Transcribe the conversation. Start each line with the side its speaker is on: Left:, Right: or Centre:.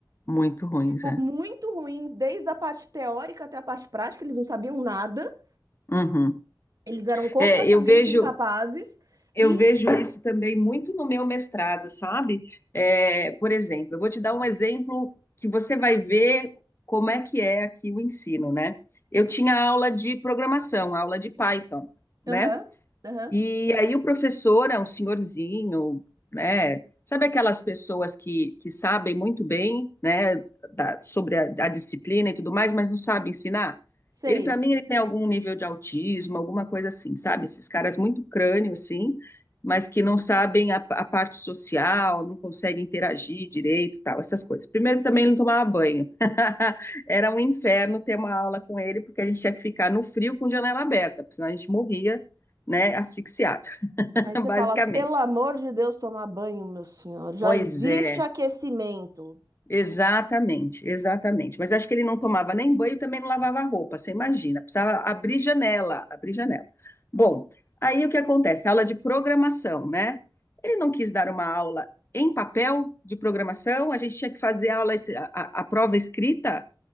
Left: muito ruins,
Right: tipo,
Left: é.
Right: muito ruins, desde a parte teórica até a parte prática, eles não sabiam nada,
Left: Uhum.
Right: eles eram completamente
Left: É, eu vejo,
Right: incapazes
Left: eu
Right: e.
Left: vejo isso também muito no meu mestrado, sabe? É, por exemplo, eu vou te dar um exemplo que você vai ver como é que é aqui o ensino, né? Eu tinha aula de programação, aula de Python, né?
Right: Aham, aham,
Left: E aí o professor é um senhorzinho, né? Sabe aquelas pessoas que, que sabem muito bem, né, da- sobre a, a disciplina e tudo mais, mas não sabem ensinar?
Right: sei.
Left: Ele, para mim, ele tem algum nível de autismo, alguma coisa assim, sabe? Esses caras muito crânio, assim, mas que não sabem a, a parte social, não conseguem interagir direito, tal, essas coisas. Primeiro que também
Right: sim.
Left: ele não tomava banho. <laughs> Era um inferno ter uma aula com ele, porque a gente tinha que ficar no frio com janela aberta, porque senão a gente morria né, asfixiado, <laughs>
Right: Aí você
Left: basicamente.
Right: fala, pelo amor de Deus, tomar banho, meu senhor, já
Left: Pois
Right: existe
Left: é,
Right: aquecimento.
Left: exatamente, exatamente. Mas acho que ele não tomava nem banho e também não lavava roupa, você imagina. Precisava abrir janela, abrir janela. Bom, aí o que acontece? Aula de programação, né? Ele não quis dar uma aula em papel de programação, a gente tinha que fazer a aula, a, a prova escrita.